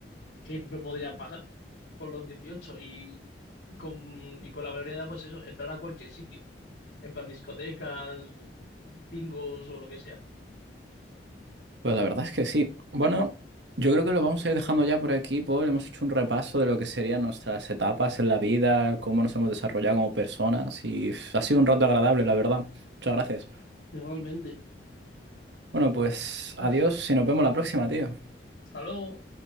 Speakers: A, on the left; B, on the right.
A: que me podría pasar. con los dieciocho y con, y con la mayoría de edad, pues eso, entrar a cualquier sitio, en plan discotecas, bingos o lo que sea.
B: Pues la verdad es que sí. Bueno, yo creo que lo vamos a ir dejando ya por aquí, Paul. Hemos hecho un repaso de lo que serían nuestras etapas en la vida, cómo nos hemos desarrollado como personas y pf, ha sido un rato agradable, la verdad. Muchas gracias.
A: Igualmente.
B: Bueno, pues
A: Pues,
B: adiós y nos vemos la próxima, tío.
A: Hasta luego.